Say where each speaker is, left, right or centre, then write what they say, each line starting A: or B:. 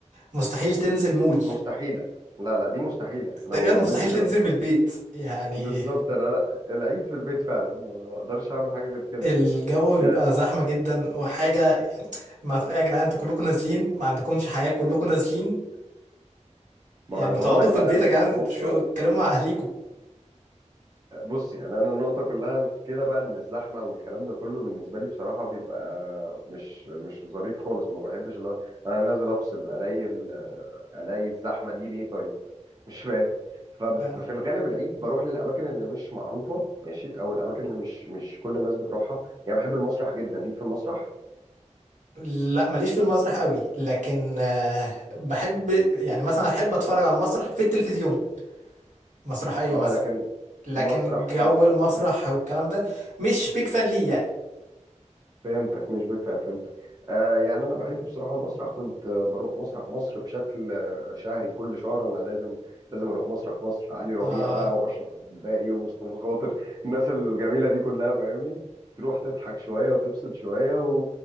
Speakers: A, on the right; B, on the right.
A: مستحيل تنزل مول
B: مستحيلة لا لا دي مستحيلة انا
A: تقريبا
B: ما بعملش
A: مستحيل
B: كده
A: تنزل
B: بصراحة
A: من البيت يعني
B: بالظبط انا لا العيد في البيت فعلا ما اقدرش اعمل حاجة غير كده
A: الجو
B: يعني
A: بيبقى
B: أه،
A: زحمة جدا وحاجة يعني ما يا جدعان انتوا كلكم نازلين ما عندكمش حياة كلكم نازلين يعني
B: ما هو انا
A: ما
B: بقول
A: تقعدوا
B: لك
A: في
B: بقى
A: البيت
B: النقطة
A: يا جدعان شو اتكلموا مع أهليكوا
B: بص يعني انا النقطه كلها في كده بقى ان الزحمه والكلام ده كله بالنسبه لي بصراحه بيبقى مش مش ظريف خالص ما بحبش اللي هو انا نازل افصل الاقي ال- الاقي الزحمه دي ليه طيب <laughs> مش فاهم ففي
A: ف...
B: الغالب العيد بروح للاماكن اللي مش معروفه ماشي او الاماكن اللي مش مش كل الناس بتروحها يعني بحب المسرح جدا ليك في المسرح
A: لا ماليش في المسرح قوي لكن آه، بحب يعني مثلا احب اتفرج على مسرح في التلفزيون مسرحية
B: اه
A: مثلا
B: لكن
A: لكن
B: مسرح
A: جو
B: في
A: المسرح والكلام ده مش بيك فان ليه يعني
B: فهمتك مش بيك فاهم فهمتك آه يعني انا بحب بصراحه المسرح كنت آه، بروح مسرح مصر بشكل آه، شهري كل شهر انا لازم لازم اروح مسرح مصر علي ربيع
A: اه
B: بقى واشرف عبد الباقي ومصطفى خاطر الناس الجميله دي كلها فاهمني تروح تضحك شويه وتفصل شويه و...